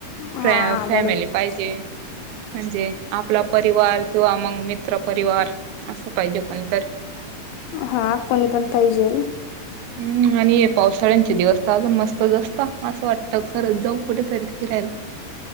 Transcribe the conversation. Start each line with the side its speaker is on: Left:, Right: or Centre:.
Left: हा
Right: फ फॅमिली
Left: बरोबर
Right: पाहिजे म्हणजे आपला परिवार किंवा मग मित्र पररिवार असं पाहिजे पण तर
Left: हा कोणी पण पाहिजे
Right: हम् आणि हे पावसाळ्यांचे दिवस तर अजून मस्त असता असं वाटत खरच जाऊ कुठेतरी फिरायला